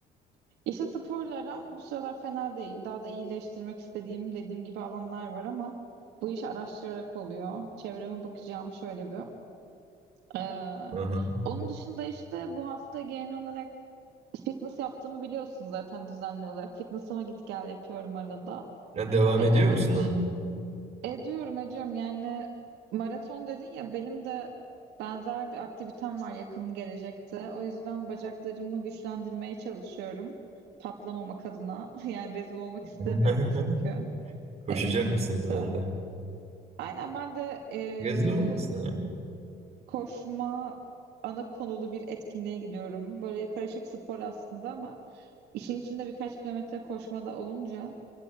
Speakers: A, on the right; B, on the right.
A: İşte sporla aram bu sıralar fena değil. Daha da iyileştirmek istediğim dediğim gibi alanlar var ama bu iş araştırarak oluyor. Çevreme bakacağım şöyle bir. Ee,
B: Aha.
A: onun dışında işte bu hafta genel olarak fitness yaptığımı biliyorsun zaten düzenli olarak. Fitness'ıma git gel yapıyorum arada.
B: Ya devam
A: E,
B: ediyor
A: onun
B: musun
A: dış
B: ona?
A: ediyorum ediyorum yani maraton dedin ya benim de benzer bir aktivitem var yakın gelecekte. O yüzden bacaklarımı güçlendirmeye çalışıyorum. Patlamamak adına. <laughs> Yani rezil olmak
B: <laughs>
A: istemiyorum çünkü
B: Koşacak
A: e, etkinlikte.
B: mısın sen de?
A: Aynen ben de e,
B: Rezil olmasın ya.
A: koşma ana konulu bir etkinliğe gidiyorum. Böyle karışık spor aslında ama işin içinde birkaç kilometre koşma da olunca